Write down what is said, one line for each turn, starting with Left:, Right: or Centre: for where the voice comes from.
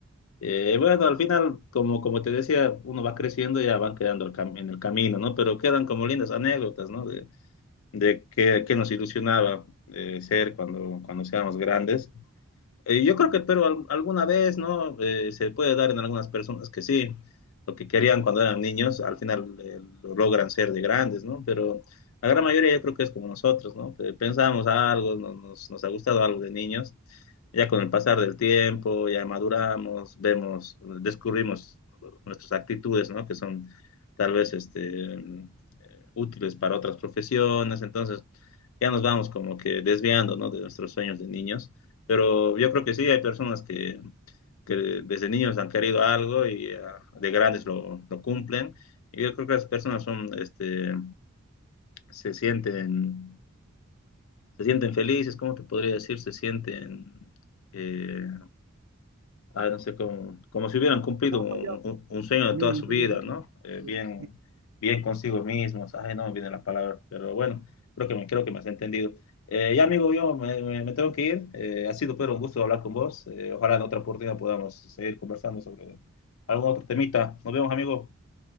Left: Eh, bueno, al final, como, como te decía, uno va creciendo y ya van quedando el cam- en el camino, ¿no? Pero quedan como lindas anécdotas, ¿no? De, de qué, qué nos ilusionaba eh, ser cuando, cuando seamos grandes. Eh, yo creo que, pero al- alguna vez, ¿no? Eh, se puede dar en algunas personas que sí, lo que querían cuando eran niños, al final eh, lo logran ser de grandes, ¿no? Pero la gran mayoría yo creo que es como nosotros, ¿no? Pe- Pensamos algo, no- nos, nos ha gustado algo de niños, ya con el pasar del tiempo, ya maduramos, vemos, descubrimos nuestras actitudes, ¿no? Que son tal vez este, eh, útiles para otras profesiones, entonces ya nos vamos como que desviando, ¿no? De nuestros sueños de niños. Pero yo creo que sí, hay personas que, que desde niños han querido algo y ah, de grandes lo, lo cumplen. Y yo creo que las personas son, este, se sienten, se sienten felices, ¿cómo te podría decir? Se sienten eh, Ah, no sé, como, como si hubieran cumplido
Right: No
Left: un,
Right: ha fallado,
Left: un- un sueño de
Right: niño
Left: toda su
Right: interior,
Left: vida,
Right: ¿no?
Left: ¿no? Eh, bien,
Right: Sí.
Left: bien consigo mismos. Ay, no me viene la palabra, pero bueno, creo que me, creo que me has entendido. Eh, ya, amigo, yo me, me- me tengo que ir. Eh, ha sido, pero un gusto hablar con vos. Eh, ojalá en otra oportunidad podamos seguir conversando sobre algún otro temita. Nos vemos, amigo.